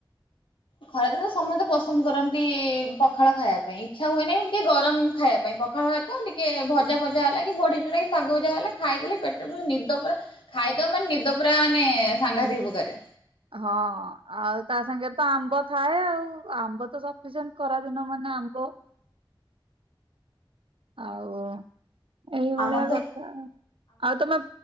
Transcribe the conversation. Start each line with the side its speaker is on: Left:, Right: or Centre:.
Left: ଖରା ଦିନେ ତ ସମସ୍ତେ ପସନ୍ଦ କରନ୍ତି ପଖାଳ ଖାଇବା ପାଇଁ ଇଚ୍ଛା ହୁଏନେଇ କି ଗରମ ଖାଇବା ପାଇଁ ପ ଖହୁଏତ ଟିକେ ଭଜା ଭଜା ହେଲା କି ବଢ଼ିଚୁରା କି ଶାଗ ଭଜା ହେଲା ଖାଇଦେଲେ ପେଟରେ ପ ନିଦ ପୁରା। ଖାଇ ଦବ ମାନେ ନିଦ ପୁରା ମାନେ ସାଘାତିକ ପ୍ରକାରେ।
Right: ହଁ ଆଉ ତା ସାଙ୍ଗେରେ ତ ଆମ୍ବ ଥାଏ ଆଉ ଆମ୍ବ ତ ସପିସେଣ୍ଟ। ଖରାଦିନ ମାନେ ଆମ୍ବ। ଆଉ ଏଇଭଳିଆ
Left: ଆମର ତ
Right: କଥା ଆଉ ଆଉ ତମେ